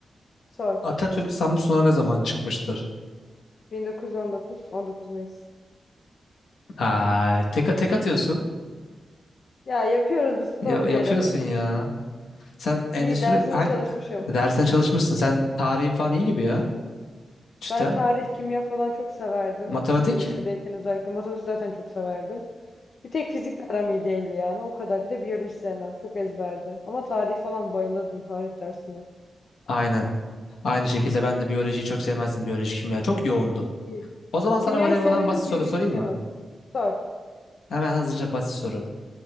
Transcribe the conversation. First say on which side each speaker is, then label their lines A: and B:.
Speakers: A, on the left; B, on the left.
A: Sor.
B: Atatürk Samsun'a ne zaman çıkmıştır?
A: 1919, 19 Mayıs.
B: Aa, tek, tek atıyorsun.
A: Ya yapıyoruz bu spor
B: Ya, yapıyorsun
A: diyelim.
B: ya. Sen endüstri
A: İyi dersime
B: hangi
A: çalışmışım.
B: dersine çalışmışsın? Sen tarihin falan iyi gibi ya. Çıta.
A: Ben tarih, kimya falan çok severdim.
B: Matematik?
A: E, lisedeyken özellikle matematik zaten çok severdim. Bir tek fizik de aram iyi değildi yani o kadar. Bir de biyoloji sevmem. Çok ezberdi. Ama tarih falan bayılırdım tarih dersine.
B: Aynen. Aynı şekilde ben de biyolojiyi çok sevmezdim. Biyoloji, kimya çok yoğundu.
A: İyi.
B: O zaman sana
A: Kimyayı
B: voleyboldan
A: severim,
B: basit soru
A: biyolojiyi
B: sorayım
A: sevmem.
B: mı?
A: Sor.
B: Hemen hızlıca basit soru.